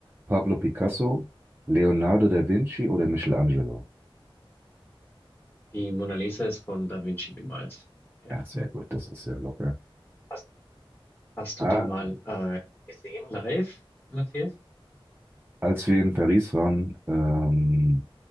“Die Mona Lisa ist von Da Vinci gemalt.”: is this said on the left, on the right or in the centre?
Left